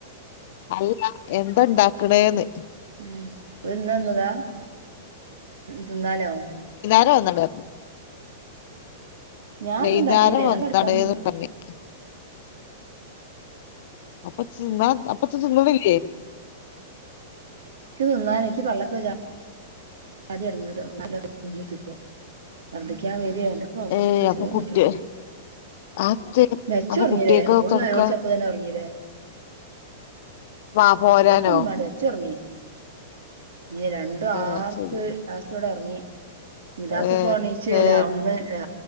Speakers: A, on the left; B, on the right.
A: അല്ല എന്താ ഇണ്ടാക്ക്ണേന്ന്
B: ഉം ഓൽ ഇന്ന് വാന്നതാ തിന്നാനോ
A: ന്നാ വന്നത്
B: ഞാനൊന്നും
A: വൈന്നേരം
B: ഉണ്ടാക്കിയില്ല
A: വന്നതാണ്
B: ഞാൻ കെടക്കാൻ പോവാ
A: പറഞ്ഞിത് അപ്പത്ത അപ്പത്തും തിന്ന് ണിലെ
B: ക്ക് തിന്നാൻ ഇക്ക് പള്ളക്ക് വജ്ജാ ആദ്യം ഇടങ്ങേറാവും തിന്നകുത്തിരിക്ക ശർദിക്കാൻ വരെ പ്പ
A: ഏ
B: ആ ചോറ്ന്നിട്ടാ
A: അപ്പൊ കുട്ടി
B: തോന്നണ്ട്
A: ആ ചെ
B: നച്ചറങ്ങില്ലേ
A: അപ്പൊ കുട്ടിയക്ക്
B: ഓൽ
A: തൊടുക്ക
B: നേലോലിച്ചു അപ്പൊ തന്നെ ഉറങ്ങില്ലേ
A: വാ പോരാനോ
B: ഓൾക്ക് ഒന്നും വാണ്ട നച്ചു റുങ്ങി ഏഹ് രണ്ടു
A: ഏ
B: ആർ
A: ശരി
B: ലാസ്റ്റ് ഇറങ്ങി നിദാസ്പ്പോണിച്ചു
A: ഏ
B: വെര
A: ഏ
B: ഓണന്ന് വെര